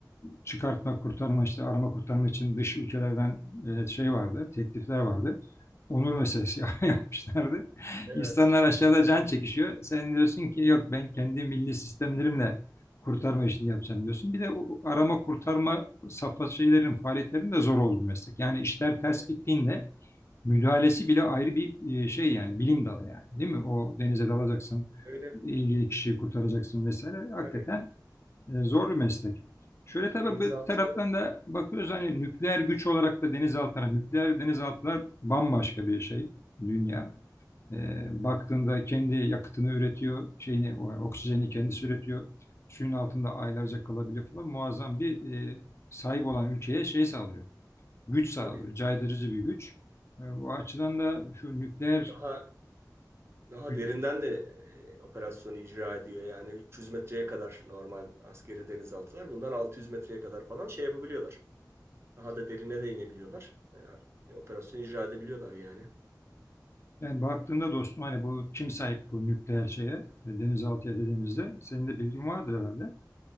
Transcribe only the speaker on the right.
Evet.
Tabii,
öyle.
Tabii.
Denizaltı
tabii
daha daha
derinden de e, operasyonu icra ediyor. Yani 300 metreye kadar normal askeri denizaltılar. Bunlar 600 metreye kadar falan şey yapabiliyorlar. Daha da derine de inebiliyorlar. E, e, operasyonu icra edebiliyorlar yani.